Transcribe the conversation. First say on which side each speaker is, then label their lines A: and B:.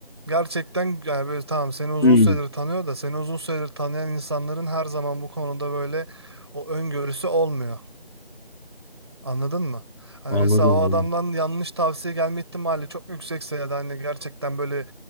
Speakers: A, on the right; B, on the left.
A: Gerçekten yani böyle tamam seni uzun
B: Hmm,
A: süredir tanıyor da seni uzun süredir tanıyan insanların her zaman bu konuda böyle o öngörüsü olmuyor. Anladın mı? Hani
B: anladım.
A: mesela o
B: anladım.
A: adamdan yanlış tavsiye gelme ihtimali çok yüksekse ya da hani gerçekten böyle